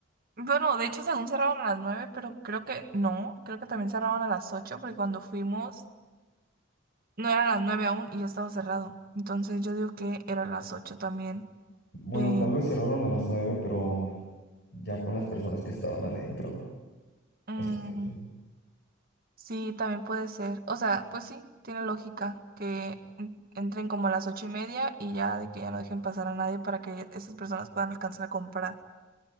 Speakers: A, on the right; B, on the left.
A: bueno, de hecho según cerraban a las 9, pero creo que no, creo que también cerraban a las 8, porque cuando fuimos no eran las 9 aún y ya estaba cerrado. Entonces yo digo que eran las 8 también.
B: bueno,
A: Eh,
B: tal vez cerraron a las 9 pero ya con las personas que estaban adentro.
A: mm,
B: Eso pienso.
A: Sí, también puede ser. O sea, pues sí, tiene lógica que en- entren como a las ocho y media y ya de que ya no dejen pasar a nadie para que esas personas puedan alcanzar a comprar.